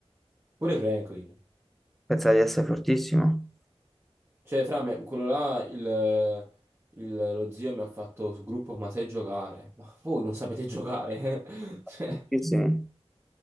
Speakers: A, on the right; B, in the centre.
A: Pure Franklin.
B: Pensa di essere fortissimo.
A: Cioè, fra me, quello là, il, il- lo zio mi ha fatto sul gruppo, ma sai giocare? Ma voi non sapete giocare? <laughs> eh?" Cioè,
B: Fortissimi.